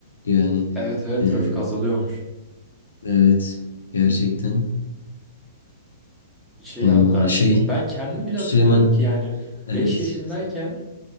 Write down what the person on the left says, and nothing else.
Yani
eee,
evet gerçekten
on
numara şey.
Süleyman
evet.